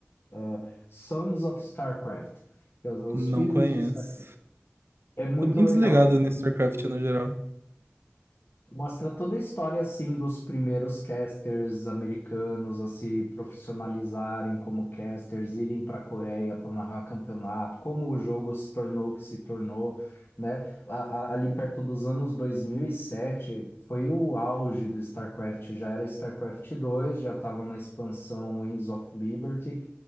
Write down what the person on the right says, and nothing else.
Não
conheço.
Tô bem
desligado
no StarCraft
no geral.